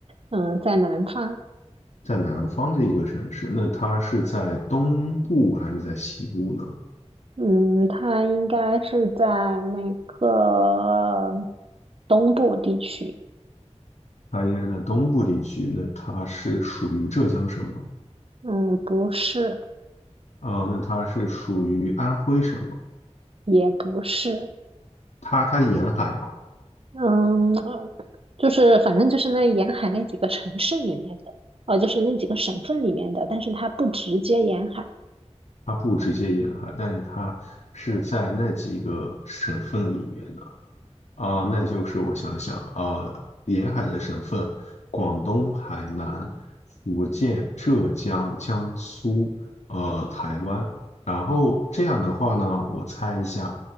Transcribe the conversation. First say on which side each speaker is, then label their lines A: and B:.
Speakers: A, on the right (about 55°); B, on the left (about 75°).
A: 嗯，在南方，
B: 在南方的一个城市，那它是在东部还是在西部呢？
A: 嗯，它应该是在那个东部地区，
B: 它应该是在东部地区，那它是属于浙江省吗？
A: 嗯，不是，
B: 啊，那它是属于安徽省吗？
A: 也不是，
B: 它它沿海吗？
A: 嗯，就是反正就是那沿海那几个城市里面的，哦，就是那几个省份里面的，但是它不直接沿海。
B: 它不直接沿海，但是它是在那几个省份里面的啊，那就是我想想啊，沿海的省份，广东、海南、福建、浙江、江苏，呃，台湾。然后这样的话呢，我猜一下，